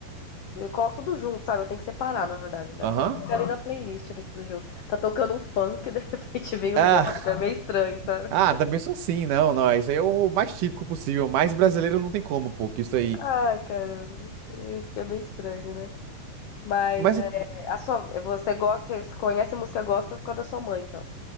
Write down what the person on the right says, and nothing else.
Aham.
Ah,
Ah, também sou assim, não, não. Isso aí é o mais típico possível. Mais brasileiro não tem como, pô, que isso aí.
Mas